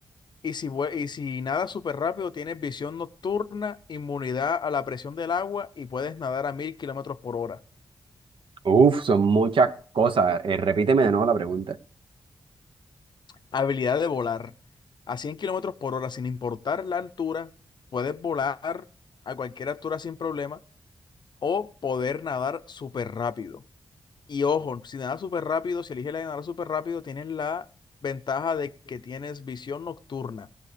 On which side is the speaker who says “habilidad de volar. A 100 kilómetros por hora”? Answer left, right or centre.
Left